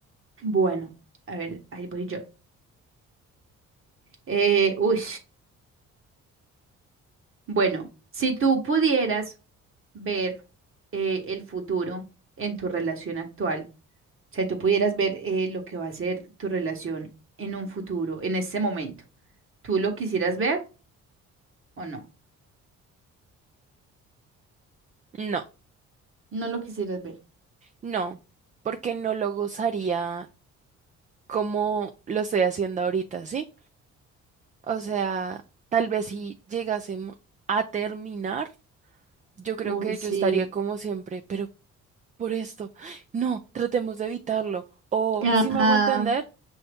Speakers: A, on the right (about 45°); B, on the right (about 25°).
A: Bueno, a ver, ahí voy yo. Eh, uy, bueno, si tú pudieras ver eh, el futuro en tu relación actual, o sea, tú pudieras ver eh, lo que va a ser tu relación en un futuro, en este momento, ¿tú lo quisieras ver o no?
B: No,
A: No lo quisieras ver.
B: no, porque no lo gozaría como lo estoy haciendo ahorita, ¿sí? O sea, tal vez si llegásemos a terminar, yo creo
A: Uy,
B: que
A: sí.
B: yo estaría como siempre, pero por esto, no, tratemos de evitarlo. O,
A: Ajá.
B: si me hago entender?